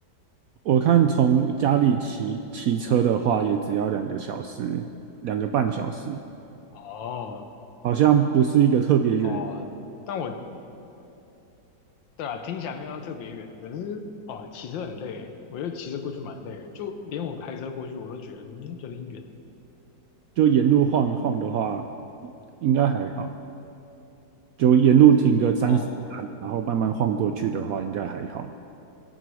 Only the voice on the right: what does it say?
我看从家里骑骑车的话，也只要两个小时，两个半小时，
好像不是一个特别远的地
就沿路晃一晃的话，应该还好。就沿路停个三十站，
然后慢慢晃过去的话，应该还好。